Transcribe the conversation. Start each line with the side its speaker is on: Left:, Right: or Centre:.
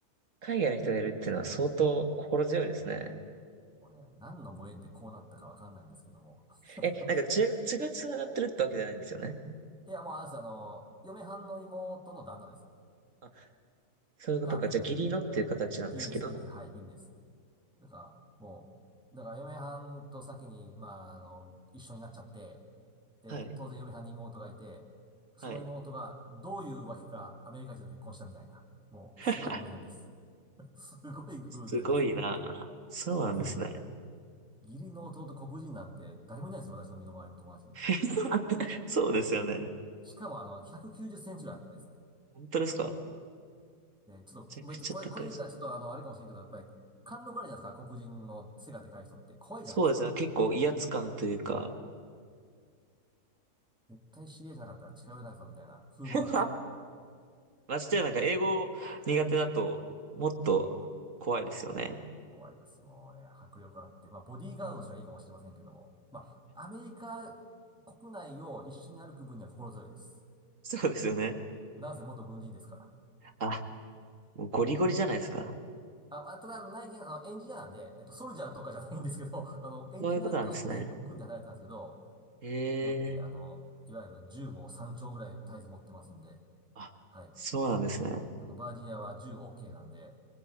Right: 海外の人がいるっていうのは相当心強いですね。
Centre: もうね、何のご縁でこうなったかわかんないんですけども。<laughs>
Right: え、なんか血が、血が繋がってるってわけじゃないんですよね。
Centre: いや、もうあれです、あの、嫁はんの妹の旦那です。
Right: あ、そういうことか。
Centre: がアメリカ人。
Right: じゃあ義理のっていう形なんですけど。
Centre: うん。ギリです、ギリです。はい、ギリです。だから、もう、だから嫁はんと先に、まあ、あの、一緒になっちゃって、で、
Right: はい。
Centre: 当然嫁はんに妹がいて、その妹がどういうわけかアメリカ人と結婚したみたいな。
Right: はい。
Centre: もう、
Right: <laughs>
Centre: すごい偶然です。<laughs> すごい偶然です、
Right: すごいな。
Centre: 本当に。
Right: そうなんですね。
Centre: ぜ、義理の弟黒人なんて誰もいないですよ、私の身の回りの友達に。
Right: <laughs> そうですよね。
Centre: しかもあの、190センチぐらいあってですね。
Right: 本当ですか
Centre: で、ちょっとこ、
Right: めちゃくちゃ高いし。
Centre: 別にこれ、これ言ったらちょっとあの、あれかもしれんけど、やっぱり、貫禄あるじゃないですか、黒人の背がでかい人って。怖いじゃないですか。
Right: そうですね。結構威圧感というか。
Centre: 絶対知り合いじゃなかったら近寄れないぞ、みたいな風貌なんですよ。
Right: <laughs> ましてやなんか英語苦手だともっと怖いですよね。
Centre: 怖いです。もうね、迫力あって。まあ、ボディーガードとしてはいいかもしれませんけども。まあ、アメリカ国内を一緒に歩く分には心強いです。
Right: そうですよね。
Centre: なんせ元軍人ですから。
Right: あ、もうゴリゴリじゃないですか。
Centre: あ、まあただ、内見、あの、エンジニアなんで、えっと、ソルジャーとかじゃないんですけど、<laughs> あの、エンジニアとして軍で働いてたんですけど、
Right: そういうことなんですね。へ
Centre: よって、
Right: え。
Centre: あの、いわゆる銃も3丁ぐらい絶えず持ってますんで、
Right: あ、
Centre: はい。
Right: そうなんですね。
Centre: あの、バージニアは銃 OK なんで、